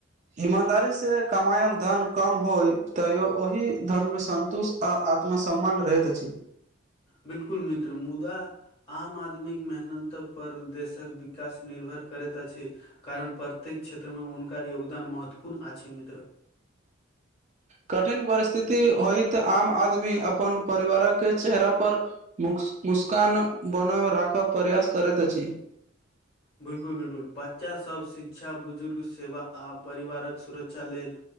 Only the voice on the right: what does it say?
ईमानदारी से कमायल धन कम होय तैयो ओहि धन में संन्तुष्ट आ आत्म समम्मान रहैत अछि
कठिन परिस्थिति होइत आम आदमी अपन परिवारक चेहरा पर मुक मुस्कान बनब राखब प्रयास करैत अछि